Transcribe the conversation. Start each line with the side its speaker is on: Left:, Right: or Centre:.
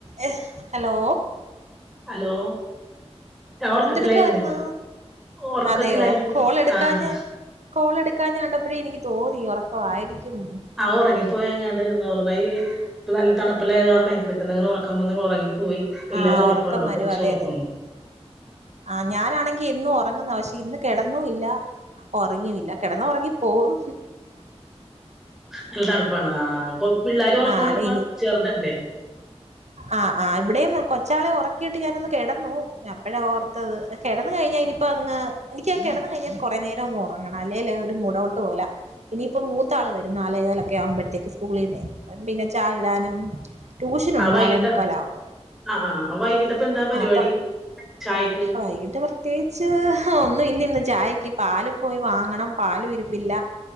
Right: A hello
Centre: hello ഞാൻ ഒറക്കത്തിലായിർന്ന്
Right: എന്തെടുക്കായിരുന്നു
Centre: ഒറക്കത്തിലായിർന്നു
Right: അതെയോ കോൾ എടുക്കാഞ്ഞെ
Centre: ആഹ്
Right: കോൾ എടുക്കാഞ്ഞ കണ്ടപ്പഴേ എനിക്ക് തോന്നി ഉറക്കായിരിക്കുംന്ന്
Centre: ആഹ് ഒറങ്ങിപ്പോയ് അങ്ങാട് <unintelligible> ഇപ്പ നല്ല തണുപ്പല്ലേ അത് കാരണവേ പെട്ടെന്നിങ്ങനെ ഒറക്കം വന്ന് ഒറങ്ങിപ്പോയി എല്ലാരും
Right: ആഹ്
Centre: ഒറക്കാണിവിടെ
Right: ഉറക്കം വരും
Centre: കൊച്ചുമൊറക്കാണ്
Right: അതെ അതെ ആഹ് ഞാനാണെങ്കി എന്നും ഉറങ്ങുന്ന പക്ഷേ ഇന്ന് കെടന്നും ഇല്ല ഒറങ്ങിയും ഇല്ല കെടന്നാ ഒറങ്ങി പോകും
Centre: നല്ല തണുപ്പാണ് ആ പിള്ളോരും ഒറക്കാണിപ്പൊ
Right: ആഹ് അതെ
Centre: ചെറുതണ്ടേ
Right: ആ ആ ഇവിടെയും കൊച്ചാളെ ഉറക്കിയിട്ട് ഞാനൊന്ന് കെടന്നു അപ്പഴാ ഓർത്തത് കെടന്ന് കഴിഞ്ഞാ ഇനി അപ്പൊ അങ്ങ് എനിക്കങ്ങു കെടന്ന് കഴിഞ്ഞാൽ കൊറേ നേരം ഒന്ന് ഒറങ്ങണം അല്ലെേല് ഒരു മുഡൌട്ട് പോലാ ഇനിയിപ്പം മൂത്താൾ വരും നാലേകാലൊക്കെ ആവുമ്പോഴത്തേക്ക് സ്കൂളീന്നെ പിന്നെ ചായ ഇടാനും ട്യൂഷനുണ്ട്
Centre: ആ വൈകിട്ട്
Right: നാലേ മുക്കാലാവുമ്പോ
Centre: ആ ആഹ് വൈകിട്ടപ്പൊ എന്താ പരിപാടി
Right: ആഹ് അപ്പൊ
Centre: ചായക്ക്
Right: വൈകിട്ട് പ്രത്യേകിച്ച് ഒന്നുവില്ല ഇന്ന് ചായക്ക് പാലും പോയി വാങ്ങണം പാലും ഇരിപ്പില്ല